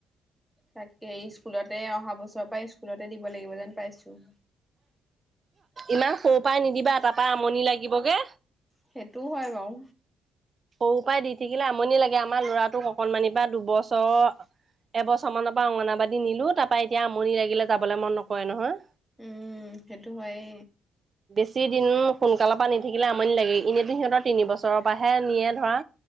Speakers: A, in the centre; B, on the right.
A: তাকে স্কুলতে অহা বছৰৰ পৰা স্কুলতে দিব লাগিব যেন পাইছো
B: ইমান সৰু পৰাই নিদিবা তাৰ পৰা আমনি লাগিবগে
A: সেইটোও হয় বাও
B: সৰু পৰাই দি থাকিলে আমনি লাগে আমাৰ ল'ৰাটোক অকনমানিৰ পৰা দুবছৰ এবছৰ মানৰ পৰা অংগনাবাদী নিলো তাৰ পৰা এতিয়া আমনি লাগিলে যাবলৈ মন নকৰে নহয়।
A: উম সেইটো হয়েই‌
B: যি দিন সোনকালৰ পৰা নি থাকিলে আমনি লাগে এনেইতো সিহঁতৰ তিন বছৰৰ পৰাহে নিয়ে ধৰা,